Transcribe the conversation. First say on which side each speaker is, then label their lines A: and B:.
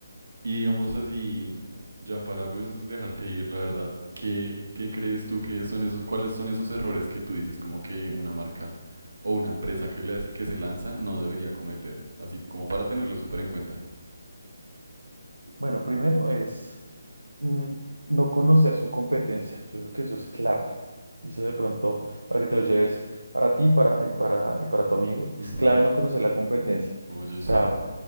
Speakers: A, on the right; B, on the right.
A: Y digamos así, ya para pues dejarte ir, la verdad, ¿qué, qué crees tú que son esos, cuáles son esos errores que tú dices como que una marca o una empresa que, les- que se lanza no debería cometer? Así como para tenerlo súper en cuenta.
B: Bueno, primero es mm, no conocer su competencia. Yo creo que eso es clave. Y eso de pronto, para que te lo lleves para ti para, y, para, y para tu amigo, es
A: Ujú.
B: clave no conocer la competencia.
A: Oye, sí.
B: O sea,